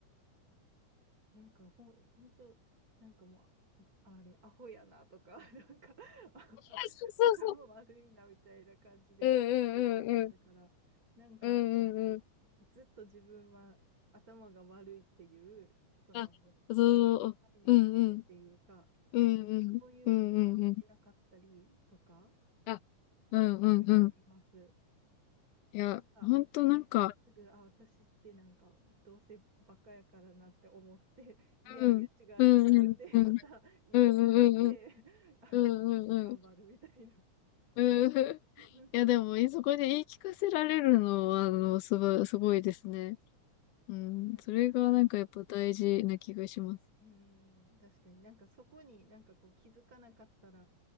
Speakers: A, on the right; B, on the left.
A: なんかほん、ほんと、なんかもう、あれ、アホやなとか、<laughs> なんかあ
B: そうそうそ
A: <laughs> あ頭悪いなみたいな感じで結構言われてたから、
B: う。うんうんうんうん。
A: なんか、
B: うんうんうん。
A: ずっと自分は頭が悪いっていう、その概
B: あ、そう、
A: 念っていうか、
B: うんうん。うんうん。
A: そういうのが抜けなかったりとか
B: うんうんうん。あ、うんうんうん。
A: あります。
B: いや、
A: があった時に、
B: ほんとなんか、
A: すぐ、あ、私ってなんか、どうせバカやからなって思って、<laughs> いやいや、
B: うん、
A: 違う違うって、
B: うんうんうん。
A: また言い聞かせて、
B: うんうんうん。
A: あの、
B: うんうんうん。
A: 頑張るみたいな。
B: うんうんうん。い
A: <laughs>
B: や、でも、えそこで言い聞かせられるのは、あの、すごい、すごいですね。うん。
A: なんかね、
B: それがなんかやっぱ大事な気がします。
A: うーん、確かになんかそこになんかこう気づかなかったら、